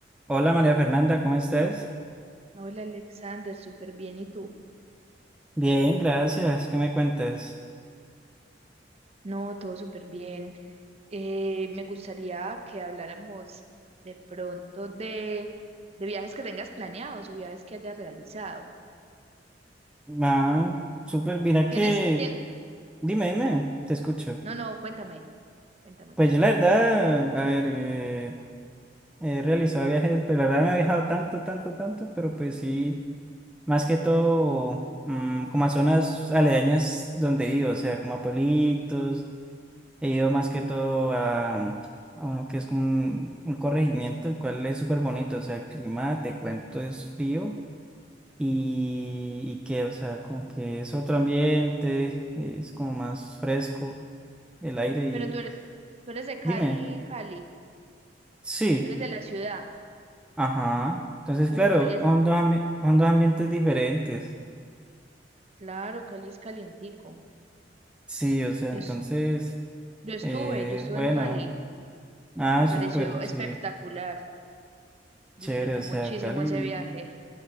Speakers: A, in the centre; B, on the right.
A: Hola María Fernanda, ¿cómo estás?
B: Hola Alexander, súper bien. ¿Y tú?
A: Bien, gracias. ¿Qué me cuentas?
B: No, todo súper bien. Eh, me gustaría que habláramos de pronto de, de viajes que tengas planeados o viajes que hayas realizado.
A: Ah, súper. Mira
B: ¿Tienes,
A: que...
B: tien-
A: Dime, dime, te escucho.
B: No, no, cuéntame, cuéntame,
A: Pues
B: cuéntame.
A: yo la verdad, a ver, eh, he realizado viajes, pero la verdad no he viajado tanto, tanto, tanto, pero pues sí, más que todo mm, como a zonas aledañas donde he ido, o sea, como a pueblitos, he ido más que todo a, a uno que es como un, un corregimiento, el cual es súper bonito, o sea, el clima, te cuento, es frío Y, y que, o sea, como que es otro ambiente, es como más fresco el aire y...
B: Pero tú eres, tú eres de Cali,
A: Dime,
B: Cali,
A: sí,
B: tú eres de la ciudad.
A: ajá. Entonces,
B: Uy,
A: claro,
B: Cali es,
A: son dos, ambi- son dos ambientes diferentes.
B: claro, Cali es calientico.
A: Sí, o sea,
B: Yo,
A: entonces,
B: es- yo estuve,
A: eh,
B: yo estuve
A: bueno,
B: en Cali,
A: ah,
B: me pareció
A: súper,
B: espectacular.
A: sí,
B: Disfruté
A: chévere, o sea,
B: muchísimo
A: Cali,
B: ese viaje.